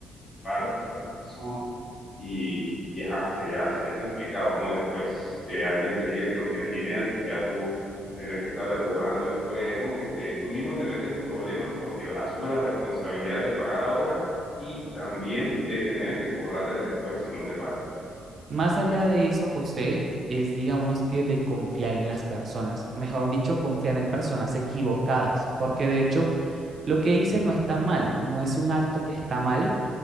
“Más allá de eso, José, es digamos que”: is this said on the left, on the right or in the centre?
Right